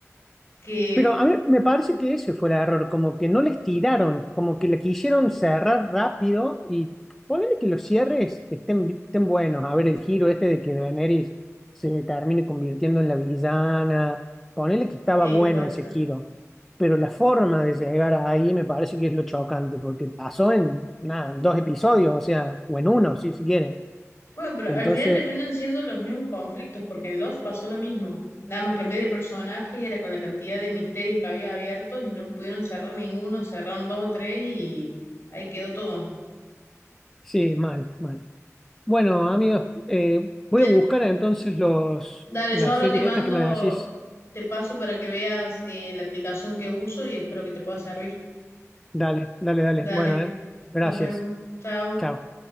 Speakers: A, on the left; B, in the centre.
A: que
B: Pero a mí me parece que ese fue el error, como que no les tiraron, como que le quisieron cerrar rápido y ponele que los cierres estén, estén buenos. A ver, el giro este de que Daenerys se termine convirtiendo en la villana, ponele que estaba
A: sí,
B: bueno
A: pues
B: ese giro. Pero la forma de llegar ahí me parece que es lo chocante, porque pasó en, nada, en dos episodios, o sea, o en uno, si se quiere.
A: Bueno, pero
B: Entonces,
A: al final terminan siendo los mismos conflictos, porque en Lost pasó lo mismo. Nada más que en vez de personajes era con la cantidad de misterios que había abiertos y no pudieron cerrar ninguno, cerraron dos o tres y ahí quedó todo.
B: sí, mal, mal. Bueno, amigos, eh, voy
A: Te,
B: a buscar entonces los,
A: dale,
B: las
A: yo ahora
B: series
A: te mando,
B: estas que me decís.
A: te paso para que veas eh, la aplicación que uso y espero que te pueda servir.
B: Dale, dale, dale.
A: Dale,
B: Bueno, eh, gracias.
A: nos vemos. Chao.
B: Chao.